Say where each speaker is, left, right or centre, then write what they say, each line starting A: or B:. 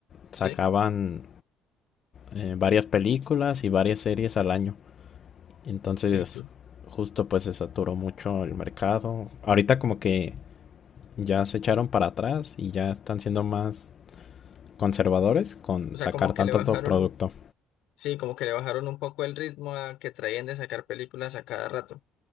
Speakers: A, on the left (about 40°); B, on the left (about 80°).
A: sacaban
B: ¿sí?
A: eh, varias películas y varias series al año. Entonces,
B: Sí, sí.
A: justo pues se saturó mucho el mercado. Ahorita como que ya se echaron para atrás y ya están siendo más conservadores con
B: O sea,
A: sacar
B: como que
A: tanto,
B: le bajaron
A: tanto producto.
B: un, sí, como que le bajaron un poco el ritmo a que traían de sacar películas a cada rato.